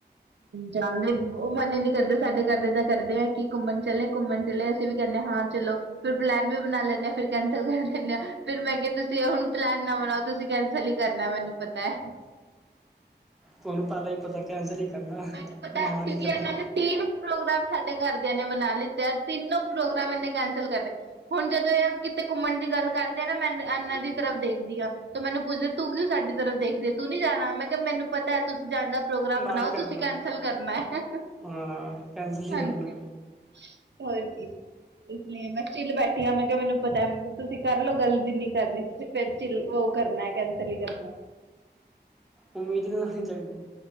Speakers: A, on the right (about 80°); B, in the centre.
A: ਜਾਂਦੇ, ਉਹ ਮਨ ਹੀ ਨੀ ਕਰਦੇ ਸਾਡੇ ਘਰਦੇ ਦਾ ਕਰਦੇ ਆ ਕਿ ਘੁੰਮਣ ਚਲੇ- ਘੁੰਮਣ ਚਲੇ ਅਸੀਂ ਵੀ ਕਹਿੰਦੇ ਹਾਂ ਚਲੋ। ਫਿਰ ਪਲੈਨ ਵੀ ਬਣਾ ਲੈਂਦੇ ਫਿਰ ਕੈਂਸਲ ਕਰ ਦੇਨੇਆ, ਫਿਰ ਮੈਂ ਕਿਹਾ ਤੁਸੀਂ ਹੁਣ ਪਲੈਨ ਨਾ ਬਣਾਓ ਤੁਸੀਂ ਕੈਂਸਲ ਹੀ ਕਰਨਾ ਮੈਨੂੰ ਪਤਾ ਹੈ।
B: ਤੁਹਾਨੂੰ ਪਹਿਲਾਂ ਹੀ ਪਤਾ ਕੈਂਸਲ ਹੀ ਕਰਨਾ
A: ਮੈਨੂੰ ਪਤਾ
B: ਮੈਂ
A: ਹੈ
B: ਹਾਂ
A: ਕਿਉਂਕਿ
B: ਨੀ ਕਰਦੀ।
A: ਇਹਨਾਂ ਨੇ ਤਿੰਨ ਪ੍ਰੋਗਰਾਮ ਸਾਡੇ ਘਰਦਿਆਂ ਨੇ ਬਣਾ ਲਿੱਤੇ ਤਿੰਨੋ ਪ੍ਰੋਗਰਾਮ ਇਹਨੇ ਕੈਂਸਲ ਕਰਦੇ। ਹੁਣ ਜਦੋਂ ਇਹ ਕਿਤੇ ਘੁੰਮਣ ਦੀ ਗੱਲ ਕਰਦੇ ਆ ਨਾ ਮੈਂ ਇਹਨਾਂ ਦੀ ਤਰਫ ਦੇਖਦੀ ਹਾਂ। ਤ ਮੈਨੂੰ ਪੁੱਛਦੇ ਤੂੰ ਕੀ ਸਾਡੀ ਤਰਫ਼ ਦੇਖ ਰਹੀ ਤੂੰ ਨੀ ਜਾਣਾ, ਮੈਂ ਕਿਹਾ ਮੈਨੂੰ ਪਤਾ ਹੈ ਤੁਸੀਂ ਜਾਣ ਦਾ ਪ੍ਰੋਗਰਾਮ
B: ਨਾ
A: ਬਣਾਓ
B: ਹੀ ਕਰਨਾ
A: ਤੁਸੀਂ ਕੈਂਸਲ ਕਰਨਾ ਹੈ
B: ਹਾਂ ਕੈਂਸਲ ਹੀ
A: ਹਾਂਜੀ,
B: ਕਰਨਾ
A: ਹੋਰ ਜ ਇਸ ਲਈ ਮੈਂ ਚਿਲ ਬੈਠੀ ਆ ਮੈਂ ਕਿਹਾ ਮੈਨੂੰ ਪਤਾ ਤੁਸੀਂ ਕਰਲਓ ਗੱਲ ਜਿੰਨੀ ਕਰਨੀ ਤੁਸੀ ਵੇਰ ਚੀਲ ਉਹ ਕਰਨਾ ਹੈ, ਕੈਂਸਿਲ ਹੀ ਕਰਨਾ।
B: ਉਮੀਦ ਨੀਂ ਰੱਖਣੀ ਚਾਹੀਦੀ।